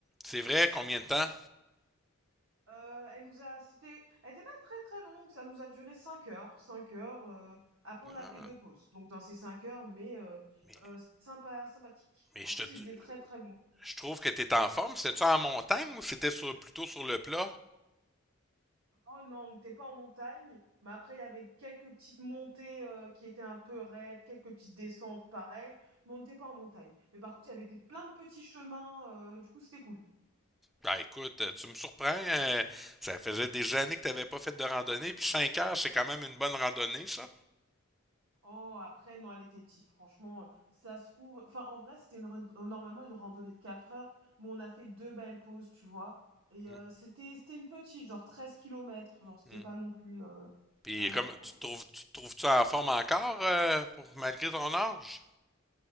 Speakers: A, in the centre; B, on the right.
A: C'est vrai, combien de temps?
B: Euh, elle nous a, cité elle était pas très très longue. Ça nous a duré cinq heures, cinq heures. euh, Après, on a
A: Ah,
B: fait deux pauses. Donc dans ces cinq heures, mais euh,
A: mais,
B: euh, sympa, sympathique.
A: mais
B: En
A: je,
B: plus,
A: te,
B: il faisait très très beau.
A: je trouve que t'es en forme. C'était-tu en montagne ou c'était sur, plutôt sur le plat?
B: Oh non, on n'était pas en montagne, mais après il y avait quelques petites montées euh, qui étaient un peu raides, quelques petites descentes pareil. mais on n'était pas en montagne. Mais par contre, il y avait des, plein de petits chemins, euh, du coup c'était cool.
A: Ben écoute, tu me surprends. euh, ça faisait des années que t'avais pas fait de randonnée. Puis 5 heures, c'est quand même une bonne randonnée, ça.
B: Oh, après, non, elle était petite, franchement, euh, ça se trouve... Enfin, en vrai, c'était une ren- euh, normalement une randonnée de 4 heures, mais on a fait deux belles pauses, tu vois. Et
A: Mm.
B: euh, c'était c'était une petite, genre 13 kilomètres, genre c'était
A: mm.
B: pas non plus euh,
A: Puis
B: la mort,
A: comme
B: quoi.
A: tu te trouves, tu te trouves-tu en forme encore euh, pour malgré ton âge?